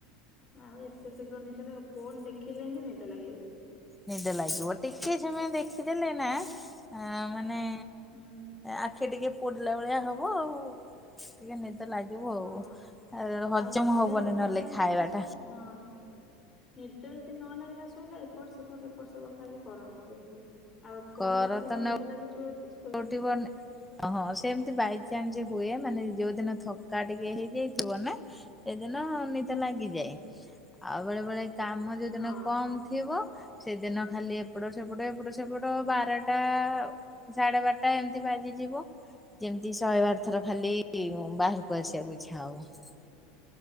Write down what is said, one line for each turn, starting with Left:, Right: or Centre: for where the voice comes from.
Left: ଆଉ ଏତେ ଶୀଘ୍ର ନିଦ ଲାଗିବ ଫୋନ ଦେଖିଲେ ହିଁ ନିଦ ଲାଗିବ।
Centre: ନିଦ ଲାଗିବ ଟିକେ ସମୟ ଦେଖିଦେଲେ ନା ଆ ମାନେ
Left: ହୁଁ।
Centre: ଆଖି ଟିକେ ପୋଡିଲା ଭଳିଆ ହବ ଆଉ ଟିକେ ନିଦ ଲାଗି <unintelligible> ବ
Left: ହଁ
Centre: ଆଉ ଆ ହଜମ
Left: ଆଉ ନିଦ
Centre: ହବନି
Left: ଯଦି ନ
Centre: ନହେଲେ
Left: ଲାଗିଲା
Centre: ଖାଇବା ଟା।
Left: ହଁ। ନିଦ ଯଦି ନ ଲାଗିଲା ଶୋଇଲା ଏପଟ ସେପଟ ଏପଟ ସେପଟ ଖାଲି କରନ <unintelligible> ଆଉ ଫୋନ
Centre: କର
Left: ଦେଖି ଦେ
Centre: ତ
Left: କିି
Centre: ନ
Left: ନଦେ ଲାଗିଛିିବ
Centre: <unintelligible> ଓହଁ ସେ ଏମିତି ବାଇଚନ୍ସ ହୁଏ ମାନେ ଯୋଉଦିନ ଥକା ଟିକେ ହେଇଯାଇଥିବ ନା ସେଦିନ ନି ତ ଲାଗିଯାଏ,
Left: ହୁଁ
Centre: ଆଉ ବେଳେ ବେଳେ କାମ ଯୋଉ ଦିନ
Left: ହଁ
Centre: କମ ଥିବ ସେଦିନ ଖାଲି ଏପଟ ସେପଟ ଏପଟ ସେପଟ ବାରଟା ସାଢେ ବାରଟା ଏମିତି ବାଜିଯିବ ଯେମିତି ଶହେ ବାର ଥର ଖାଲି ବାହାରକୁ ଆସିବା ଇଚ୍ଛା <unintelligible>